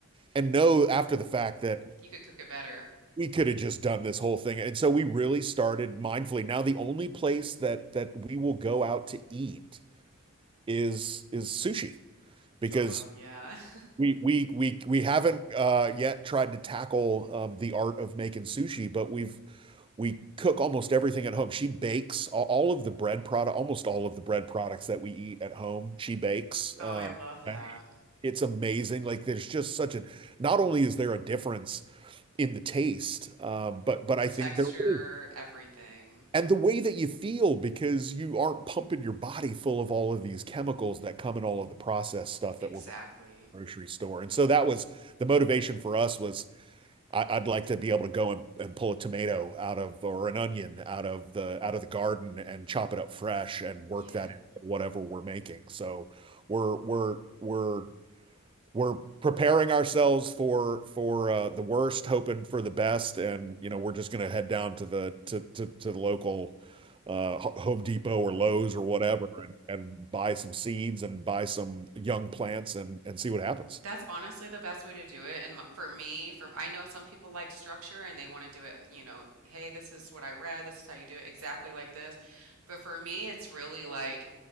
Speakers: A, on the right; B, on the right.
A: and know after the fact that
B: You could cook it better.
A: we could have just done this whole thing. And so we really started mindfully. Now the only place that that we will go out to eat is is sushi because
B: Oh, yeah. <laughs>
A: we we we we haven't uh, yet tried to tackle um, the art of making sushi, but we've we cook almost everything at home. She bakes all, all of the bread product, almost all of the bread products that we eat at home. She bakes.
B: Oh,
A: Uh,
B: I love that.
A: Okay. it's amazing. Like there's just such a. Not only is there a difference in the taste, uh, but but I
B: The texture,
A: think there is
B: everything.
A: and the way that you feel because you aren't pumping your body full of all of these chemicals that come in all of the processed stuff
B: Exactly.
A: that we're buying at the grocery store. And so that was the motivation for us was I, I'd like to be able to go and, and pull a tomato out of or an onion out of the out of the garden and chop it up fresh and work
B: Yeah.
A: that into whatever we're making. So we're we're we're we're preparing ourselves for for uh, the worst, hoping for the best, and you know we're just gonna head down to the to to, to the local uh, Home Depot or Lowe's or whatever, and and buy some seeds and buy some young plants and and see what happens.
B: That's honestly the best way to do it. And my- for me, from I know some people like structure and they want to do it, you know, hey, this is what I read, this is how you do it, exactly like this. But for me, it's really like